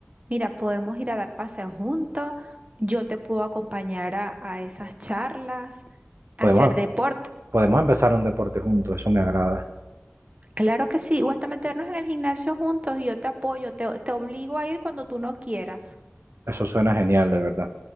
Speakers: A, on the right; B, on the right.
A: Mira, podemos ir a dar paseos juntos, yo te puedo acompañar a, a esas charlas, a
B: Podemos,
A: hacer deportes.
B: podemos empezar un deporte juntos, eso me agrada.
A: Claro que sí, o hasta meternos en el gimnasio juntos y yo te apoyo, te te obligo a ir cuando tú no quieras.
B: Eso suena genial, de verdad.